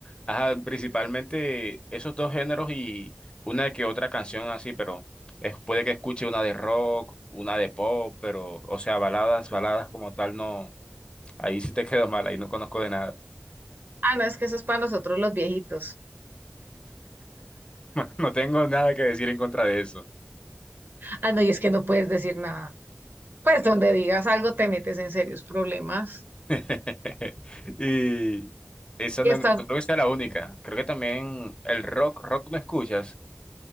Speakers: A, on the left; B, on the right.
A: ajá, principalmente esos dos géneros y una que otra canción así, pero es- puede que escuche una de rock, una de pop, pero o sea, baladas, baladas como tal, no, ahí sí te quedo mal, ahí no conozco de nada.
B: Ah, no, es que eso es para nosotros los viejitos.
A: <laughs> No tengo nada que decir en contra de eso.
B: Ah, no, y es que no puedes decir nada. Pues donde digas algo te metes en serios problemas.
A: <laughs> Y esa
B: Y
A: no,
B: hasta
A: no creo que sea la única. Creo que también el rock, rock no escuchas.